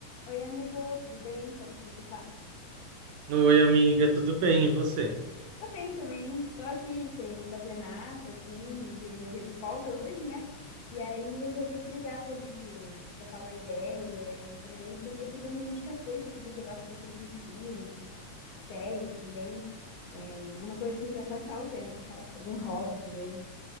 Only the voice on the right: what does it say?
Oi, amiga, tudo bem? E você?